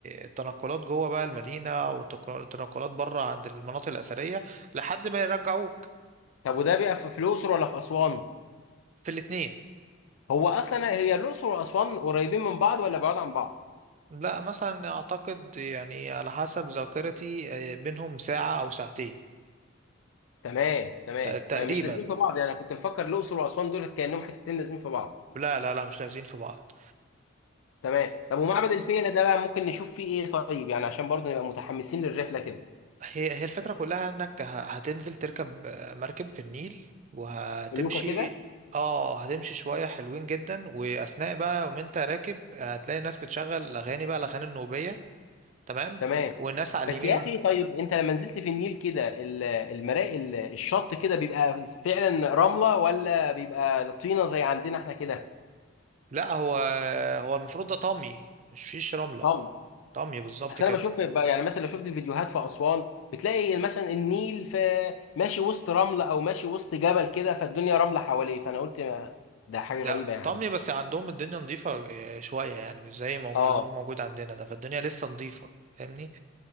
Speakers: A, on the right (about 35°); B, on the left (about 80°).
A: التنقلات جوه بقى المدينة أو التق- التنقلات بره عند المناطق الأثرية لحد ما يرجعوك
B: طب وده بيبقى في في الاقصر ولا في اسوان
A: في الاتنين
B: هو اصلا هي الاقصر واسوان قريبين من بعض ولا بعاد عن بعض
A: لا مثلا أعتقد يعني على حسب ذاكرتي آه، بينهم ساعة أو ساعتين
B: تمام تمام
A: ت- تقريبا
B: ما مش لازمين في بعض يعني أنا كنت مفكر الاقصر واسوان دول كانهم حتتين لازمين في بعض
A: لا لا لا مش لازقين في بعض
B: تمام طب ومعبد الفيلة ده بقى ممكن نشوف فيه ايه طيب يعني عشان برضه نبقى متحمسين للرحله كده
A: هي هي الفكرة كلها انك ه- هتنزل تركب آه، مركب في النيل وهتمشي
B: لوكا كده
A: اه هتمشي شوية حلوين جدا واثناء بقى وانت راكب آه، هتلاقي الناس بتشغل اغاني بقى الاغاني النوبية تمام
B: تمام
A: والناس على
B: بس
A: اليمين
B: يا
A: وال-
B: اخي طيب انت لما نزلت في النيل كده ال- المراء ال- الشط كده بيبقى فعلا رمله ولا بيبقى طينه زي عندنا احنا كده
A: لا هو هو المفروض ده طمي مش فيش رملة
B: طم
A: طمي بالظبط
B: اصل
A: كده
B: انا بشوف ب- يعني مثلا لو شفت فيديوهات في اسوان بتلاقي مثلا النيل في ماشي وسط رمله او ماشي وسط جبل كده فالدنيا رمله حواليه فانا قلت ما- ده حاجه
A: ده
B: غريبه يعني
A: طمي بس عندهم الدنيا نظيفة آه، شوية يعني مش زي موجود
B: اه
A: اللي هو موجود عندنا ده فالدنيا لسه نظيفة فاهمني